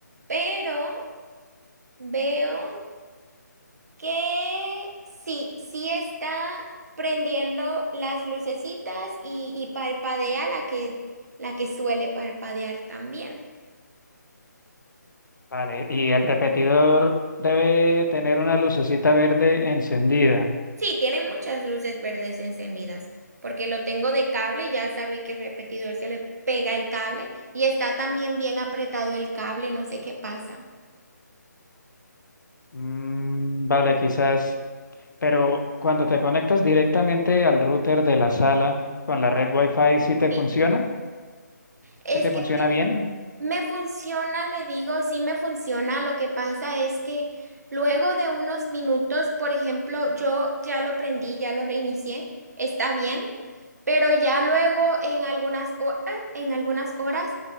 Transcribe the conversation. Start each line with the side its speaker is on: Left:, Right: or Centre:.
Right: Pero veo que sí, sí está prendiendo las lucecitas y, y parpadea la que, la que suele parpadear también.
Left: Vale, y el repetidor debe tener una lucecita verde encendida.
Right: Sí, tiene muchas luces verdes encendidas, porque lo tengo de cable, ya sabe que el repetidor se le pega el cable y está también bien apretado el cable, no sé qué pasa.
Left: Mm, vale, quizás. Pero cuando te conectas directamente al router de la sala con la red Wi-Fi, ¿sí te
Right: Sí,
Left: funciona?
Right: es
Left: ¿Sí te
Right: que
Left: funciona bien?
Right: me funciona, le digo, sí me funciona. Lo que pasa es que luego de unos minutos, por ejemplo, yo ya lo prendí, ya lo reinicié, está bien, pero ya luego en algunas horas, en algunas horas